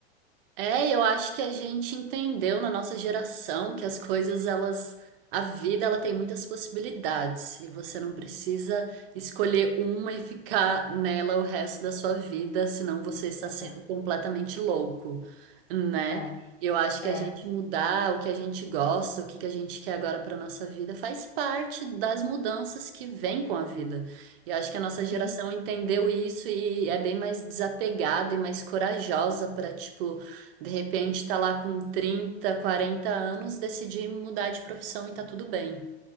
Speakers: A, on the right (about 60°); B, on the left (about 85°).
A: É, eu acho que a gente entendeu na nossa geração que as coisas, elas, a vida, ela tem muitas possibilidades e você não precisa escolher uma e ficar nela o resto da sua vida, senão você está
B: É,
A: sendo completamente louco, né?
B: é,
A: Eu acho que
B: é.
A: a gente mudar o que a gente gosta, o que que a gente quer agora para nossa vida, faz parte das mudanças que vêm com a vida. E acho que a nossa
B: Sim.
A: geração entendeu isso e é bem mais desapegada e mais corajosa para, tipo, de repente tá lá com 30, 40 anos, decidi mudar de profissão e tá tudo bem.